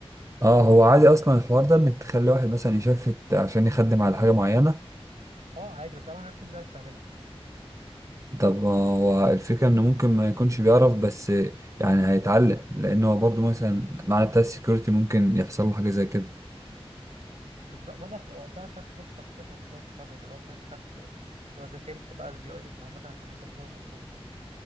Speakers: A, on the right (about 30°); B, on the right (about 85°).
A: اه هو عادي اصلا الحوار ده انك تخلي واحد مثلا يشفت عشان يخدم على حاجه معينه
B: اه عادي بس اهم حاجه تكون بتعرف تعملها
A: طب هو الفكره انه ممكن ما يكونش بيعرف بس يعني هيتعلم لانه هو برضه مثلا معنى بتاع السكيورتي ممكن يحصل له حاجه زي كده
B: بالظبط ما انا وقتها خدت كورس مخصوص عشان مشروع التخرج اللي هو فاهم خدت اللي هو ذاكرت بقى اليو اي اكس عامه عشان مشروع التخرج مخصوص